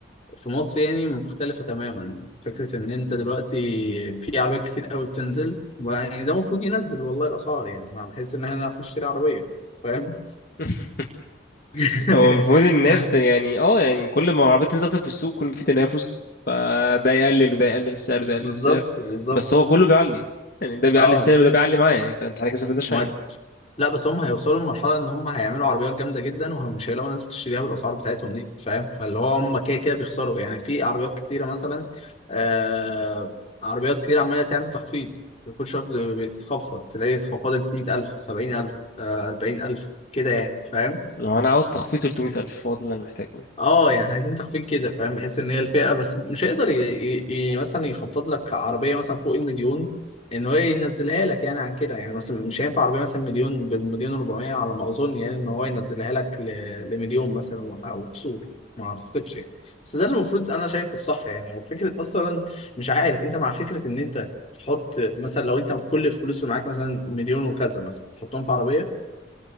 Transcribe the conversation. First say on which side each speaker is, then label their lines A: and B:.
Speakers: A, on the left (about 35°); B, on the left (about 50°).
A: في مصر يعني مختلفة تماما فكرة إن أنت دلوقتي في عربيات كتير قوي بتنزل يعني ده المفروض ينزل والله الأسعار يعني ما بحس إن إحنا نعرف نشتري عربية فاهم
B: <laughs>
A: <laughs>
B: هو المفروض الناس ده يعني اه يعني كل ما العربية تنزل أكتر في السوق كل ما في تنافس فده يقلل وده يقلل السعر وده يقلل
A: بالظبط
B: السعر
A: بالظبط
B: بس هو كله بيعلي يعني ده بيعلي
A: اه
B: السعر وده بيعلي معايا فانت احنا كده ما استفدناش حاجة
A: ما لا بس هم هيوصلوا لمرحلة إن هم هيعملوا عربيات جامدة جدا ومش هيلاقوا ناس بتشتريها بالأسعار بتاعتهم دي فاهم فاللي هو هم كده كده بيخسروا يعني في عربيات كتيرة مثلا آه عربيات كتير عمالة تعمل تخفيض كل شوية بت- بتخفض تلاقي اتخفضت 100000 70000 أربعين ألف كده يعني فاهم
B: لو انا عاوز تخفيض 300000 هو ده اللي انا محتاجه
A: اه يعني عايزين تخفيض كده فاهم بحيث ان هي الفئه بس مش هيقدر ي... ي... ي... مثلا يخفض لك عربيه مثلا فوق المليون ان هو ينزلها لك يعني عن كده يعني مثلا مش هينفع عربيه مثلا مليون بالمليون و400 على ما اظن يعني ان هو ينزلها لك ل... لمليون مثلا وح- وكسور ما اعتقدش يعني بس ده اللي المفروض انا شايفه الصح يعني وفكره اصلا مش عارف انت مع فكره ان انت تحط مثلا لو انت كل الفلوس اللي معاك مثلا مليون وكذا مثلا تحطهم في عربيه